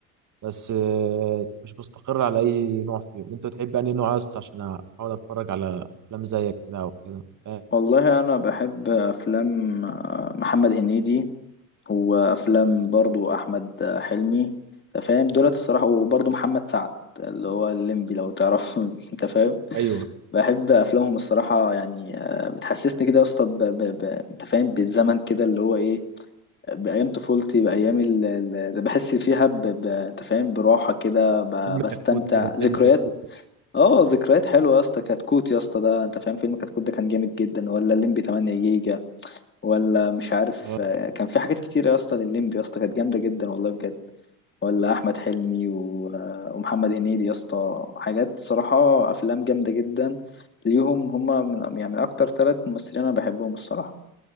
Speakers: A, on the right (about 45°); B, on the left (about 25°).
A: بس آه، مش مستقر على اي نوع فيهم انت بتحب انهي نوع يا اسطى عشان احاول اتفرج على افلام زيك كده او كده فاهم
B: والله انا بحب افلام آه، محمد هنيدي وافلام برضو احمد آه، حلمي انت فاهم دولت الصراحه وبرضو محمد سعد اللي هو الليمبي لو تعرف <laughs> انت فاهم
A: ايوه
B: بحب افلامهم الصراحه يعني آه، بتحسسني كده يا اسطى ب- ب- ب- انت فاهم بالزمن كده اللي هو ايه بأيام طفولتي بأيام ال- ال- اللي بحس فيها ب... ب... أنت فاهم براحة كده ب...
A: فيلم
B: بستمتع
A: كتكوت كده
B: ذكريات
A: فيلم كتكوت
B: اه ذكريات حلوة يا اسطى كتكوت يا اسطى ده أنت فاهم فيلم كتكوت ده كان جامد جدا ولا الليمبي 8 جيجا ولا مش عارف
A: اه
B: آه، كان في حاجات كتير يا اسطى للليمبي يا اسطى كانت جامدة جدا والله بجد ولا أحمد حلمي و... آه، ومحمد هنيدي يا اسطى حاجات صراحة أفلام جامدة جدا ليهم هما من يعني من أكتر ثلاث ممثلين أنا بحبهم الصراحة